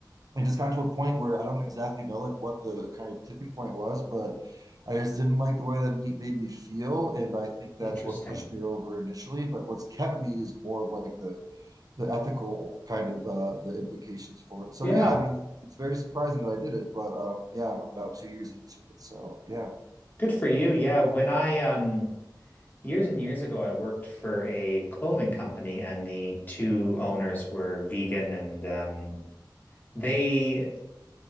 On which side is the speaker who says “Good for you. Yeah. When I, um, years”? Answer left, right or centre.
Left